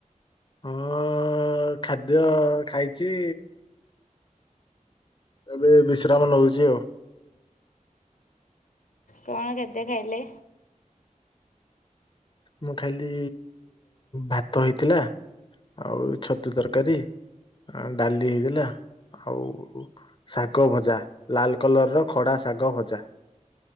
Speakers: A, on the left; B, on the left.
A: ହଁ ଖାଦ୍ୟ ଖାଇଚି। ଏବେ ବିଶ୍ରାମ ନଉଚି ଆଉ।
B: କଣ ଖାଦ୍ୟ ଖାଇଲେ?
A: ମୁଁ ଖାଲି ଭାତ ହେଇଥିଲା ଆଉ ଛତୁ ତରକାରୀ ଡାଲି ହେଇଥିଲା ଆଉ ଶାଗ ଭଜା ଲାଲ କଲର ର ଖଡା ଶାଗ ଭଜା।